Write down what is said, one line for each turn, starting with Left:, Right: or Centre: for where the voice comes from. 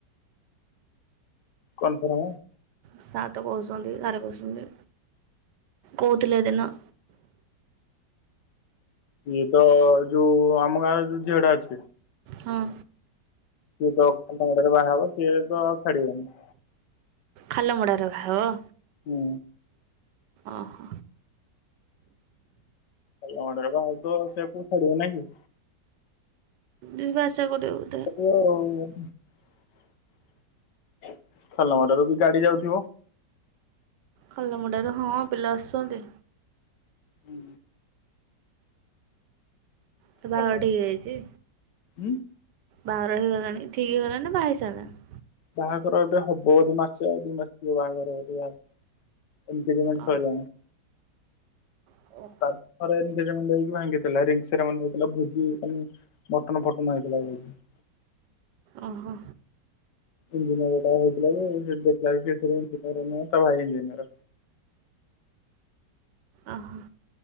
Left: କନ୍ଫର୍ମ?
Right: ସାତ୍ କସିଛନ୍ତି ବାର କସିଛନ୍ତି କହୁଥିଲଥିଲେ ହେ ଦିନ।
Left: ଇଏ ତ ଯୋଉ ଆମ ଗାଁ ଯୋଉ ଝିଅଟା ଅଛି।
Right: ହଁ।
Left: ସିଏତ ଖାଲମୋଡାରେ ବାହା ହେବ। ସିଏ ତ ଆଉ ଛାଡ଼ିବନି।
Right: ଖାଲମୋଡାରେ ବାହା ହେବ?
Left: ହୁଁ।
Right: ଓହୋ।
Left: ଖାଲମୋଡା ରେ ବାହା ହେଉଥିବ, ସିଏ ଫୁଣି ଛାଡିବ ନା କି?
Right: ଯିବା ଆସିବା କରିବ ବୋଧେ।
Left: ସିଏ ରହୁନେଇ ଖାଲାମୋଡାରେ ବି ଗାଡ଼ି ଯାଉଥିବ।
Right: ଖାଲାମୋଡା ରୁ ହଁ ପିଲା ଆସୁଛନ୍ତି।
Left: ହୁଁ
Right: ତ ବାହାଘର
Left: ଖାଲ
Right: ଠିକ୍ ହେଇଯାଇଛି।
Left: ଉଁ
Right: ବାହାଘର ହେଇଗଲାଣି ଠିକ୍ ହେଇଗଲାଣି ବାହା ହେଇ ସାରିଲାଣି?
Left: ବାହାଘର ଏବେ ହବ ମାସେ ଆଉ ଦି ମାସ ଥିବ ବାହାଘର କରିବା। ଏମିତିପେମେଣ୍ଟ୍
Right: ଓ
Left: ସଇଲାଣି।
Right: ଓ।
Left: ତାପରେ ଏଗେଜେମେଣ୍ଟ୍ ହେଇକି ଭାଙ୍ଗିଥିଲା। ରିଂସେରୀମୋନୀ ହେଇଥିଲା ପୁବୁ ମଟନ୍ ଫଟନ୍ ହେଇଥିଲା ବହୁ
Right: ଓହୋ।
Left: ଇଞ୍ଜିନିଅର ଟା ହେଇଥିଲା ଯେ ଦେଖିଲା ଇଞ୍ଜିନିୟର ନୁହେଁ। ତା ଭାଇ ଇଞ୍ଜିନିଅର।
Right: ଓହୋ।